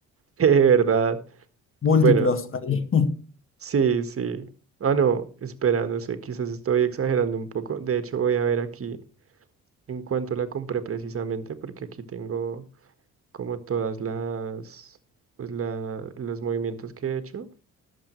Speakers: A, on the right; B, on the left.
A: que de verdad.
B: Múltiplos
A: Bueno,
B: ahí. <laughs>
A: Sí, sí. Ah, no, espera, no sé, quizás estoy exagerando un poco. De hecho, voy a ver aquí en cuánto la compré precisamente, porque aquí tengo como todas las, pues la, los movimientos que he hecho.